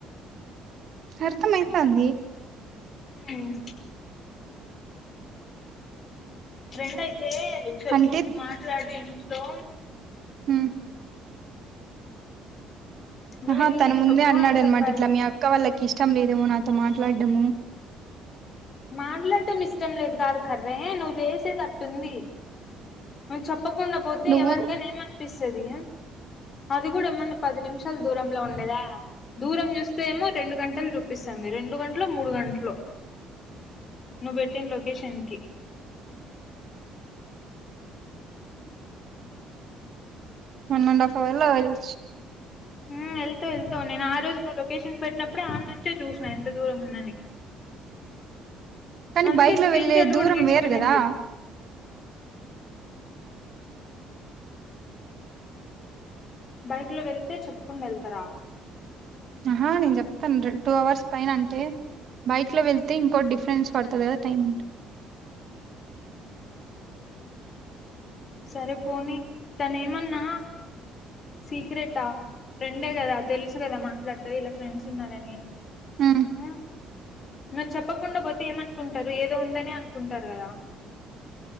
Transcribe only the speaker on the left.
ఉమ్ ఫ్రెండ్ అయితే <unintelligible> చెప్పుమాట్లాడి
ఇంట్లో
నువ్వే
నీట్గా
చెప్పు
అని చెప్పాలి
మాట్లాడటం ఇష్టం లేదు కాదు కర్రే నువ్వు చేసేది అట్టుంది చెప్పకుండా పోతే
ఎవరికైనా ఏమనిపిస్తాది అది కూడా ఏమన్నా పది నిమిషాలు దూరంలో ఉండేదా దూరం చూస్తే ఏమో రెండు గంటలు చూపిస్తుంది రెండు గంటలు మూడు గంటలో నువ్వు పెట్టిన లొకేషన్ కి
హు వెళ్తావు వెళ్తావు నేను ఆ రోజు నువ్వు లొకేషన్ పెట్టినప్పుడే ఆన్నుంచే చూసిన ఎంత దూరం ఉందని
అందుకే
స్క్రీన్
షాట్
కూడా తీసుకునింది
బైక్లో వెళ్ళే అే చెప్పకుండా వెళ్తరా
సరే పోనీ తను ఏమన్నా సీక్రెట ఆ ఫ్రెండే కదా తెలుసు కదా మాట్లాడుతే ఇలా ఫ్రెండ్స్ ఉన్నారని
ఆ నువ్వు చెప్పకుండా పోతే ఏమనుకుంటారు ఏదో ఉందని అనుకుంటారు కదా